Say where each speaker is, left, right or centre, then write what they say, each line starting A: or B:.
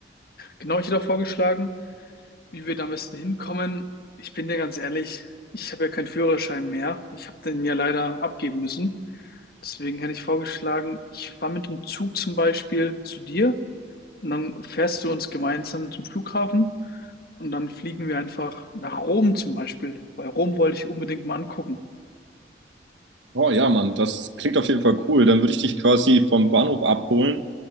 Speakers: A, on the left; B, on the right.
A: Genau, ich hätte auch vorgeschlagen, wie wir da am besten hinkommen. Ich bin dir ganz ehrlich, ich habe ja keinen Führerschein mehr. Ich habe den ja leider abgeben müssen. Deswegen hätte ich vorgeschlagen, ich fahre mit dem Zug zum Beispiel zu dir und dann fährst du uns gemeinsam zum Flughafen und dann fliegen wir einfach nach Rom zum Beispiel, weil Rom wollte ich unbedingt mal angucken.
B: Oh ja, Mann, das klingt auf jeden Fall cool. Dann würde ich dich quasi vom Bahnhof abholen.